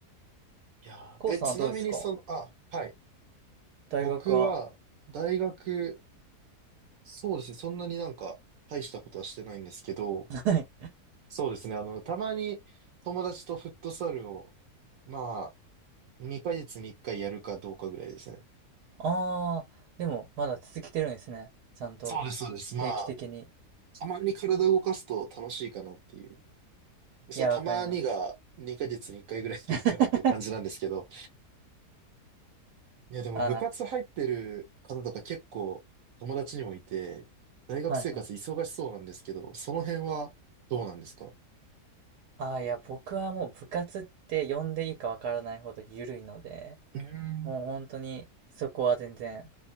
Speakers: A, on the right; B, on the right.
A: いやーえ、
B: コウさんはどうですか
A: ちなみにその、あ、はい。
B: 大学は。
A: 僕は、大学、そうですね、そんなになんか、大したことはしてないんですけど、
B: はい。
A: そうですね。あの、たまに友達とフットサルを、まあ、2ヶ月に1回やるかどうかぐらいですね。
B: ああ、でもまだ続けてるんですね。ちゃんと
A: そうです、そうです。まあ、
B: 定期的に。
A: たまに体動かすと楽しいかなっていう。そう、
B: いや、
A: たまにが2ヶ月に1回ぐらいでいいかなっていう感じなんですけど。
B: わかります。<laughs>
A: いや、でも部活入ってる方とか結構友達にもいて、
B: あら、
A: 大学生活忙しそうなんですけど、
B: はいはい。
A: その辺はどうなんですか
B: ああ、いや、僕はもう部活って呼んでいいかわからないほど緩いので、
A: うーん。
B: もう本当にそこは全然